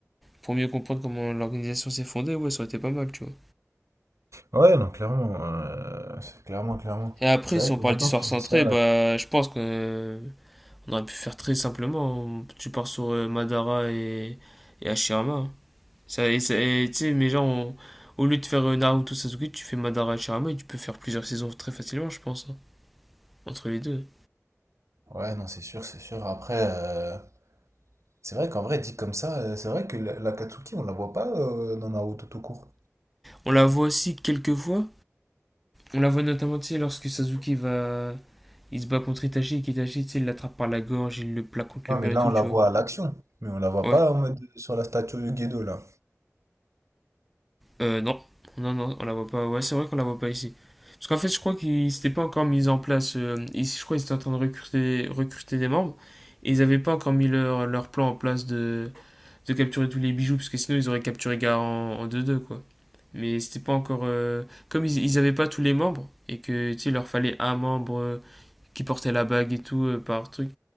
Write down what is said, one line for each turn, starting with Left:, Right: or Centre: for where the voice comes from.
Centre: pour mieux comprendre comment l'organisation s'est fondée, ouais, ça aurait été pas mal, tu vois.
Right: Ouais, non, clairement, euh, c'est- clairement, clairement.
Centre: Et après,
Right: C'est
Centre: si
Right: vrai
Centre: on
Right: que
Centre: parle
Right: maintenant
Centre: d'histoire
Right: que tu
Centre: centrée,
Right: dis ça.
Centre: bah, je pense qu'on euh, aurait pu faire très simplement. On- tu pars sur euh, Madara et, et Hashirama. hein. Ça, et ça- et tu sais, mais genre, on- au lieu de faire euh, Naruto Sasuke, tu fais Madara Hashirama et tu peux faire plusieurs saisons très facilement, je pense, hein, entre les deux.
Right: Ouais, non, c'est sûr, c'est sûr. Après, euh, c'est vrai qu'en vrai, dit comme ça, euh, c'est vrai que la, la Katsuki, on la voit pas euh, dans Naruto tout court.
Centre: On la voit aussi quelques fois, On la voit notamment, tu sais, lorsque Sasuke va. Il se bat contre Itachi et qu'Itachi, tu sais, il l'attrape par la gorge, il le plaque contre
Right: Ouais,
Centre: le
Right: mais
Centre: mur
Right: là,
Centre: et tout,
Right: on la
Centre: tu
Right: voit
Centre: vois.
Right: à l'action. Mais on la voit
Centre: Ouais.
Right: pas en mode euh, sur la statue Gedo, là.
Centre: Euh, non. Non, non, on la voit pas. Ouais, c'est vrai qu'on la voit pas ici. Parce qu'en fait, je crois qu'ils s'étaient pas encore mis en place. euh, ils- je crois qu'ils étaient en train de recruter, recruter des membres. Et ils avaient pas encore mis leur, leur plan en place de, de capturer tous les bijoux, parce que sinon ils auraient capturé Gaara en deux deux quoi. Mais c'était pas encore. euh, comme ils, ils avaient pas tous les membres, et que, tu sais, il leur fallait un membre euh, qui portait la bague et tout, euh, par truc.